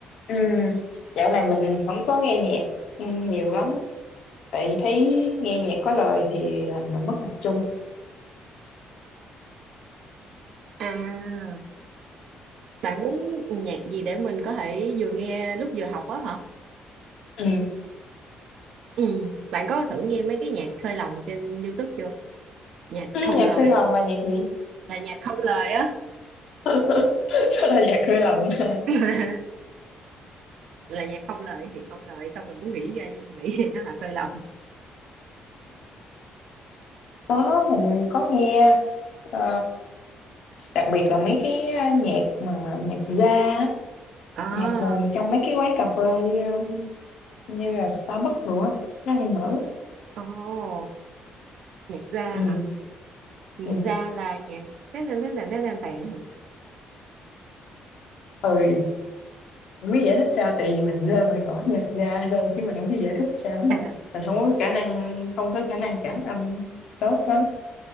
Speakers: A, on the left; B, on the right.
A: Ừ, dạo này mình không có nghe nhạc ừ, nhiều lắm á. tại vì thấy nghe nhạc có lời thì làm mình mất tập trung
B: À, bạn muốn nhạc gì để mình có thể vừa nghe lúc vừa học á hả?
A: ừ.
B: Ừ, bạn có thử nghe mấy cái nhạc khơi lòng trên YouTube chưa? Nhạc
A: Ừ,
B: không
A: nhạc
B: lời,
A: hơi lòng là nhạc gì
B: là nhạc không lời á.
A: <laughs> đó là nhạc hơi lòng <laughs> hả?
B: <laughs> Là nhạc không lời thì không lời, xong mình muốn nghĩ ra gì nghĩ thì nó là khơi lòng.
A: đó mình có nghe ờ, đặc biệt là mấy cái nhạc mà nhạc jazz á,
B: À,
A: nhạc mà trong mấy cái quán cà phê ờ, như là Starbucks nữa nó hay mở
B: ồ, nhạc ra
A: ừ.
B: hả? Nhạc
A: Ừ.
B: ra là nhạc tèn tèn tèn tèn tèn tèn tèn hả?
A: ừ không biết giải thích sao tại vì mình lên mình gõ nhạc ra thôi chứ mình không biết giải thích sao
B: À,
A: mình không có khả năng không có khả năng cảm âm tốt lắm